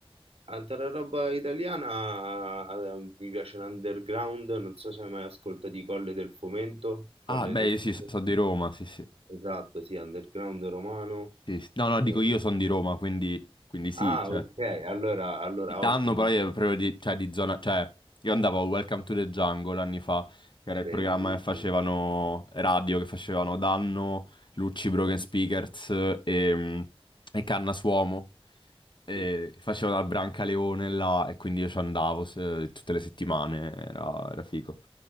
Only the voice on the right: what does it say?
altra roba italiana, eh, mi piace l'underground, non so se hai mai ascoltato i Colle del Fomento. Colle
del
Fomento,
esatto, sì, underground romano.
E-
Ah,
ok, allora, allora
ottimo,
bellissimo,
sì,